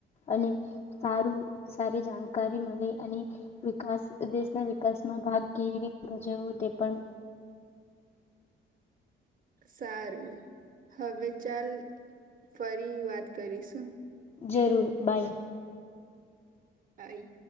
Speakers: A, on the left; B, on the right.
A: અને સારું સારી જાણકારી મળી અને વિકાસ દેશના વિકાસમાં ભાગ કેવી રીતે ભજવો તે પણ
B: સારું. હવે ચાલ ફરી વાત કરીશું.
A: જરૂર બાય.
B: બાય.